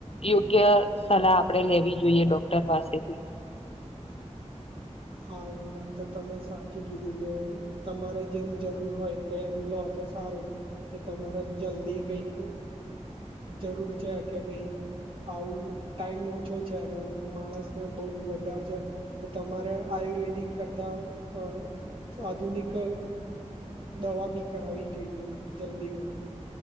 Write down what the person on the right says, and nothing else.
હા એ વાત તો તમે સાચી કીધી કે તમારે જેમ જરૂર હોય તો એમ લો તો સારું. કે તમારે જલ્દી કઈક જરૂર છે કે ભાઈ આવું ટાઈમ ઓછો છે અને માણસને બહુ વધારે છે તો તમારે આયુર્વેદિક કરતા અ આધુનિક અ દવા બી કરાવી જોઈએ જલ્દીમાં.